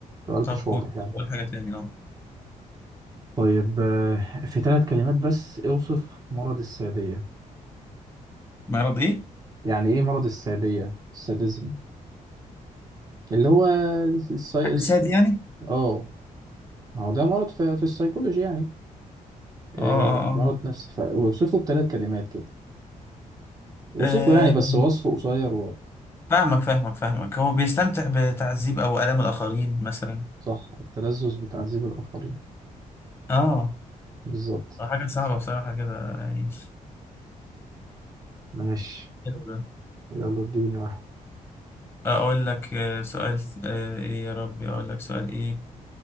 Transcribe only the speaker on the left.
طب
قول
طب قول حاجة تاني أه
مرض إيه؟
حد سادي يعني؟
اه اه اه
أه
فاهمك فاهمك فاهمك هو بيستمتع بتعذيب او الام الاخرين مثلا
اه
حاجه صعبه بصراحه كده يعني
<laughs> حلو ده
اقول لك آه، سؤال آه، ايه يا ربي اقول لك سؤال ايه